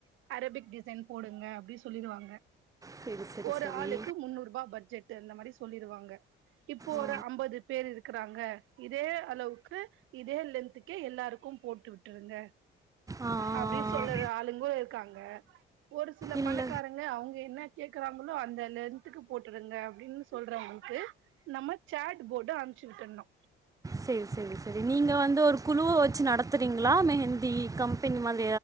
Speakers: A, on the right (about 75°); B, on the right (about 15°).
A: அரபிக் டிசைன் போடுங்க அப்டி சொல்லிருவாங்க
B: சரி சரி
A: ஒரு
B: சரி
A: ஆளுக்கு முன்னூறுபா பட்ஜெட் அந்த மாரி சொல்லிருவாங்க இப்போ
B: ஆ
A: ஒரு ஐம்பது பேர் இருக்குறாங்க இதே அளவுக்கு இதே லென்துக்கு க்கு எல்லாருக்கூ போட்டு விட்டுருங்க
B: ஆ
A: அப்டின்னு சொல்ற ஆளுங்கோ இருக்காங்க ஒரு சில
B: இல்ல
A: பணக்காரங்க அவுங்க என்ன கேக்குறாங்களோ அந்த லென்த்துக்கு போட்டுறுங்க அப்டின்னு சொல்றவங்களுக்கு நம்ம சேட் போர்டு அனுச்சு விட்டுணு
B: செரி செரி செரி நீங்க வந்து ஒரு குழுவ வச்சு நடத்துறிங்ளா மெஹந்தி கம்பெனி மாதி